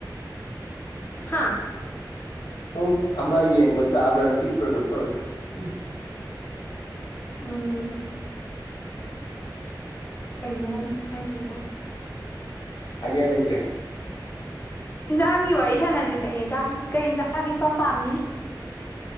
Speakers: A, on the left (about 25°); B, on the left (about 70°).
A: ꯍꯥꯥ
B: ꯎꯝ ꯑꯃ ꯌꯦꯡꯕ ꯆꯥꯕ꯭ꯔꯥꯅ ꯄꯤꯛꯄ꯭ꯔ ꯀꯩꯅꯣꯝ ꯇꯧꯋꯦ ꯍꯥꯏꯕ ꯎꯝ
A: ꯎꯝ ꯀꯩꯅꯣ ꯍꯥꯏꯗꯣꯏꯁꯤꯕꯣ
B: ꯍꯥꯏꯅꯤꯉꯥꯏ ꯂꯩꯇ꯭ꯔꯦ
A: ꯏꯟꯖꯥꯡꯒꯤ ꯋꯥꯔꯤ ꯁꯥꯟꯅꯖꯤꯁꯦ ꯌꯦꯟꯖꯥꯡꯒꯤ ꯀꯩ ꯏꯟꯁꯥꯡ ꯏꯄꯥꯝ ꯄꯥꯝꯃꯤ